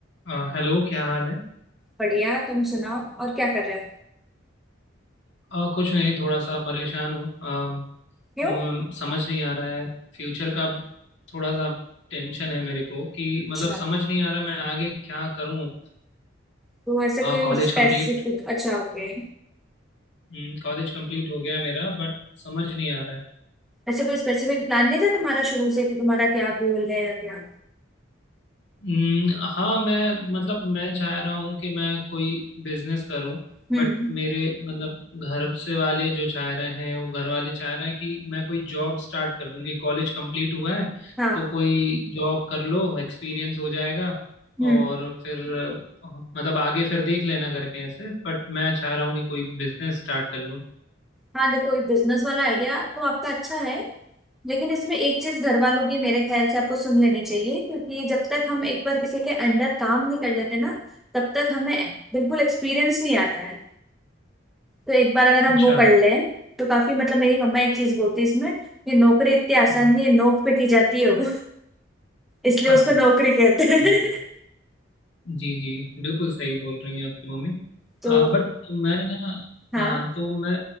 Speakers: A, on the left; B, in the centre.
A: अ, Hello क्या हाल है
B: बढ़िया तुम सुनाओ और क्या कर रहे हो
A: अ, कुछ नहीं थोड़ा सा परेशान हूँ अम,
B: क्यों
A: म, समझ नहीं आ रहा है फ्यूचर का थोड़ा सा टेंशन है मेरे को कि मतलब
B: अच्छा
A: समझ नहीं आ रहा मैं आगे क्या करूँ
B: तो ऐसे कोई
A: College
B: स्पेसिफिक
A: complete
B: अच्छा ओके
A: हम्म, कॉलेज कंप्लीट हो गया मेरा बट समझ नहीं आ रहा है
B: ऐसे कोई स्पेसिफिक प्लान नहीं था तुम्हारा शुरू से कि तुम्हारा क्या गोल है या क्या
A: हम्म, हाँ मैं मतलब मैं चाह रहा हूँ कि मैं कोई बिजनेस करूँ
B: हम्म
A: बट मेरे मतलब घर से वाले जो चाह रहे हैं वो घर वाले चाह रहे हैं कि मैं कोई जॉब स्टार्ट कर दूँ कि कॉलेज कंप्लीट हुआ है
B: हाँ
A: तो कोई जॉब कर लो एक्सपीरियंस हो जाएगा
B: हम्म
A: और फिर अ, मतलब आगे फिर देख लेना करके ऐसे बट मैं चाह रहा हूँ कि कोई बिजनेस स्टार्ट कर लूँ
B: हाँ देखो ये बिजनेस वाला आइडिया तो आपका अच्छा है लेकिन इसमें एक चीज घर वालों की मेरे ख्याल से आपको सुन लेनी चाहिए क्योंकि जब तक हम एक बार किसी के अंडर काम नहीं कर लेते ना तब तक हमें बिल्कुल एक्सपीरियंस नहीं आता है तो एक बार अगर हम
A: अच्छा
B: वो कर लें तो काफी मतलब मेरी मम्मा एक चीज बोलती है इसमें कि नौकरी इतनी आसान
A: हम्म,
B: नहीं है, नोक पे की जाती है <laughs> वो। इसलिए
A: हाँ
B: उसको
A: हाँ,
B: नौकरी कहते हैं
A: सही बात
B: <laughs>
A: जी जी बिल्कुल सही बोल रही हैं आपकी मम्मी
B: तो
A: आ, बट मैं ना
B: हाँ
A: हाँ तो मैं